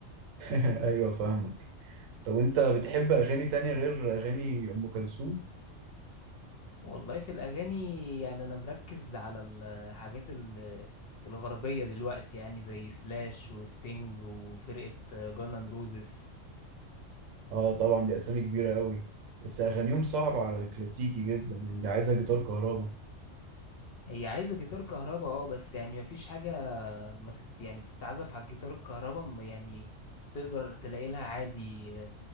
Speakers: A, on the right; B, on the left.
A: <laughs> أيوه فاهمك طب انت بتحب اغاني تانية غير اغاني ام كلثوم
B: والله في الأغاني يعني أنا مركز على الحاجات ال- الغربية دلوقتي يعني زي سلاش وستينج وفرقة جانان روزز
A: اه طبعا دي اسامي كبيرة قوي بس اغانيهم صعبة على الكلاسيكي جدا يعني دي عايزة جيتار كهربا
B: هي عايزة جيتار كهرباء اه بس يعني مفيش حاجة ما تت... يعني بتتعزف على الجيتار الكهرباء ما- يعني تقدر تلاقي لها عادي آه،